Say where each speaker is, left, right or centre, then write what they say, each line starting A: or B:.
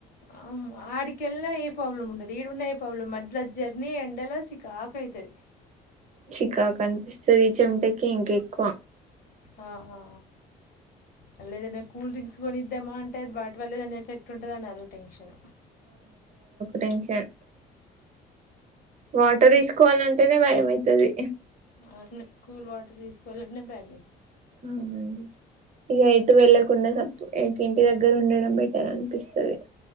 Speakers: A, on the left; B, on the right.
A: ఆమ ఆడి కెల్లా ఏ ప్రాబ్లమ్ ఉండదు ఈడున్నా ఏ ప్రాబ్లమ్ మధల జర్నీ ఎండలో చికాకైతది
B: చికాకు అనిపిస్తది చెమటకి ఇంక ఎక్కువ
A: ఆ ఆ మల్ల ఏధైన్నా కూల్ డ్రింక్స్ కొనిద్దామా అంటే అది వాటి వల్లే దాన్ని ఎఫెక్ట్ ఉంటుంది అని అదో టెన్షన్
B: టెక్షన్ వాటర్ ఇస్ కోవాలంటేనే భయమయితది
A: అవును కూల్ వాటర్ తీసుకోవాలనే భయం అయితాది
B: అవునండి ఇక ఎటు వెళ్ళకుండా సప్పు ఇంటి దగ్గర ఉండడం బెటర్ అనిపిస్తది